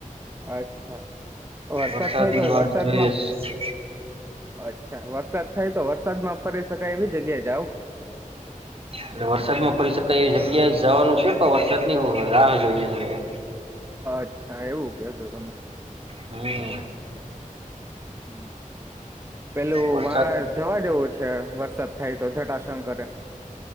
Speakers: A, on the right; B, on the right.
A: અચ્છા વરસાદ
B: વરસાદની
A: થઈ ગયો
B: વાટ
A: વરસાદમાં
B: જોઈએ એટલે
A: અચ્છા વરસાદ થાય તો વરસાદ માં ફરી શકાય એવી જગ્યા જાવ
B: એટલે વરસાદ માં ફરી શકાય એવી જગ્યા જવાનું છે પણ વરસાદની રાહ જોઈએ હવે
A: અચ્છા એવું કેશો તમે
B: હમ.
A: હમ. પેલું
B: વરસાદ
A: વાર જવા જેવું છે વરસાદ થાય તો જટાશંકરે